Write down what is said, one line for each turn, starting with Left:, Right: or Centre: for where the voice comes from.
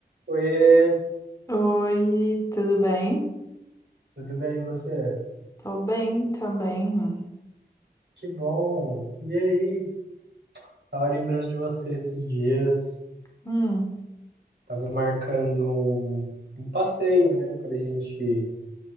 Right: Oiê,
Left: Oi, tudo bem?
Right: tudo bem e você?
Left: Tô bem também.
Right: Que bom. E aí? Tava lembrando de você esses dias.
Left: Hum,
Right: Tava marcando um, um passeio, né, pra gente,